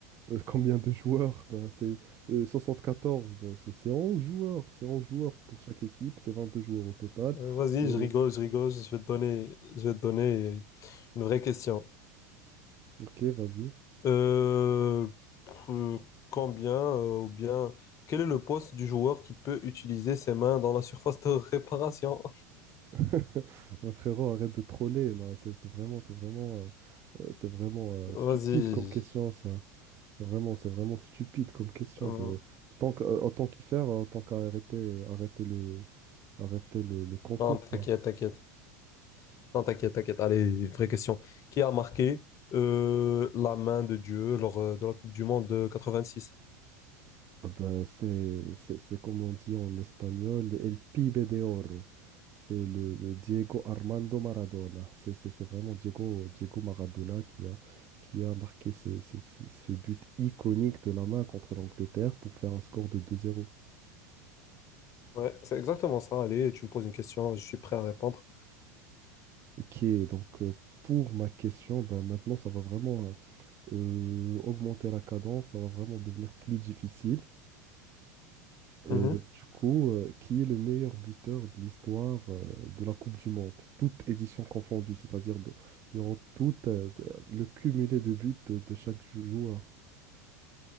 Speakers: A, on the right; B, on the left.
A: Euh, combien de joueurs? Bah, c'est euh, 74, bah, c'est c'est 11 joueurs. C'est 11 joueurs pour chaque équipe, c'est 22 joueurs au total.
B: Euh, vas-y,
A: Et...
B: je rigole, je rigole, je vais te donner, je vais te donner une vraie question.
A: Ok, vas-y.
B: Euh, pr- combien euh, ou bien quel est le poste du joueur qui peut utiliser ses mains dans la surface de réparation?
A: <laughs> Mon frérot, arrête de troller. Non, c'est c'est vraiment, c'est vraiment, euh, euh, c'est vraiment euh,
B: <laughs> Vas-y.
A: stupide comme question, ça. C'est vraiment, c'est vraiment stupide comme question.
B: Euh,
A: bah, Tant que- euh, autant qu'y faire, autant qu'à arrêter, arrêter le, arrêter le, le concours,
B: non, t'inquiète,
A: quoi.
B: t'inquiète. Non, t'inquiète, t'inquiète. Allez, vraie question. Qui a marqué euh, la main de Dieu lors euh, de la Coupe du Monde de quatre-vingt-six
A: Ah ben, c'est, c'est, c'est comme on dit en espagnol, El Pibe de Oro. C'est le, le Diego Armando Maradona. C'est c'est- c'est vraiment Diego, Diego Maradona qui a, qui a marqué ces- ces- ces- ce but iconique de la main contre l'Angleterre pour faire un score de deux zéro.
B: Ouais, c'est exactement ça. Allez, tu me poses une question, je suis prêt à répondre.
A: Ok, donc euh, pour ma question, ben maintenant ça va vraiment hein, euh, augmenter la cadence, ça va vraiment devenir plus difficile. Euh,
B: Mhm.
A: du coup, euh, qui est le meilleur buteur de l'histoire euh, de la Coupe du Monde, toute édition confondue, c'est-à-dire de- durant tout euh, de- le cumulé de buts de, de chaque jou- joueur.